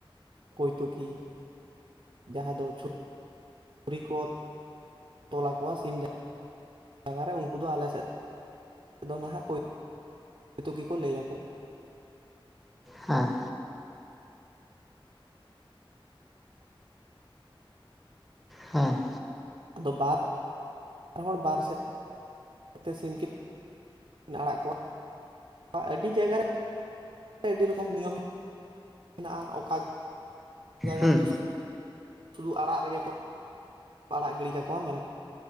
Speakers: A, on the right; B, in the centre.
A: ᱠᱚᱭᱴᱳᱠᱤ ᱡᱟᱦᱟᱸ ᱫᱚ ᱪᱷᱩ ᱨᱤᱠᱚ ᱛᱚᱞ ᱟᱠᱚᱣᱟ ᱥᱤᱢ ᱡᱟ ᱡᱟᱸᱜᱟ ᱨᱮ ᱩᱱᱠᱩ ᱫᱚ ᱟᱞᱮ ᱥᱮᱫ ᱫᱚ ᱱᱟᱦᱟᱜ ᱠᱳᱭ ᱛᱳᱠᱤ ᱠᱚ ᱞᱟᱹᱭᱟᱠᱚ᱾
B: ᱦᱮᱸ ᱦᱮᱸ
A: ᱟᱫᱚ ᱵᱟᱛ ᱵᱟᱨ ᱦᱚᱲ ᱵᱟᱨ ᱥᱮᱫ ᱠᱟᱛᱮ ᱥᱤᱢ ᱠᱤᱱ ᱟᱲᱟᱜ ᱠᱚᱣᱟ ᱟᱹᱰᱤ ᱡᱟᱭᱜᱟ ᱨᱮ ᱟᱹᱰᱤ ᱨᱚᱠᱚᱢ ᱱᱤᱭᱚᱢ ᱦᱮᱱᱟᱜᱼᱟ ᱚᱠᱟ ᱡᱟᱭᱜᱟ
B: ᱦᱮᱸ
A: ᱨᱮᱫᱚ ᱥᱩᱫᱷᱩ ᱟᱲᱟᱜ ᱨᱮᱜᱮ ᱠᱚ ᱟᱲᱟᱜ ᱜᱤᱰᱤ ᱠᱟᱠᱚᱣᱟ ᱢᱮᱱ